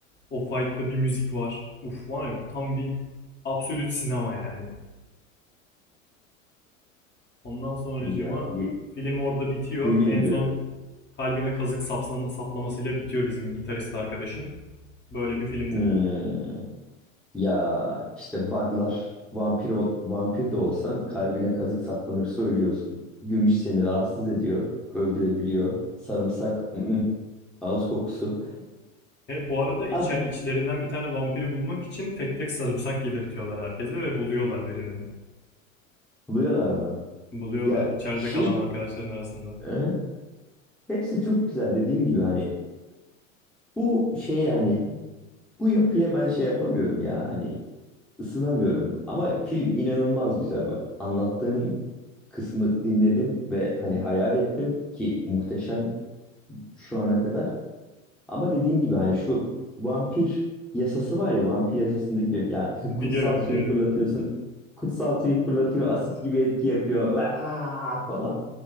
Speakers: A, on the left; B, in the centre.
A: O fight'ta bir müzik var. Uf var ya tam bir absolut sinema yani. Ondan sonracığıma
B: Ya ye-
A: film orada bitiyor.
B: yemin
A: En
B: ediyorum.
A: son kalbine kazık sapsama- saplamasıyla bitiyor bizim gitarist arkadaşın. Böyle bir filmdi.
B: Hmm, ya işte buglar vampir ol, vampir de olsan kalbine kazık saplanır söylüyorsun. Gümüş seni rahatsız ediyor, öldürebiliyor. Sarımsak, ı -ı. Ağız kokusu.
A: E, bu arada iç,
B: Ha,
A: içlerinden bir tane vampiri bulmak için tek tek sarımsak yedirtiyorlar herkese ve buluyorlar birinin.
B: buluyorlar mı?
A: Buluyorlar
B: Ya
A: içeride
B: şey,
A: kalan arkadaşların arasında.
B: hı hı. hepsi çok güzel dediğim gibi hani bu şey yani bu yapıya ben şey yapamıyorum ya hani Isınamıyorum ama film inanılmaz güzel bak. Anlattığın kısmı dinledim ve hani hayal ettim ki muhteşem şu ana kadar. Ama dediğim gibi hani şu vampir yasası var ya vampir yasasındaki yani <laughs>
A: Biliyorum
B: kutsal suyu
A: biliyorum.
B: fırlatıyorsun. Kutsal suyu fırlatıyor asit gibi etki yapıyor Vaa! falan.